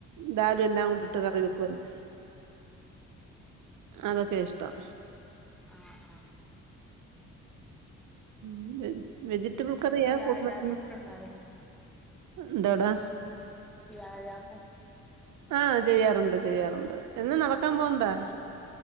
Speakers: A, on the right; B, in the centre.
A: ദാലും എല്ലാം കൊണ്ടിട്ട് കറി വെക്കുംല്ല അതൊക്കെ ഇഷ്ടം
B: ആഹ് ആഹ്
A: <unintelligible>
B: പിന്നെന്താവ്യാഴാമക്കെണ്ടാവൽണ്ടോ
A: കറിയാ കൂടുതലും എന്താടാ
B: വ്യാഴാമെ
A: ആഹ് ചെയ്യാറുണ്ട് ചെയ്യാറുണ്ട് എന്നും നടകാപോവണ്ടോ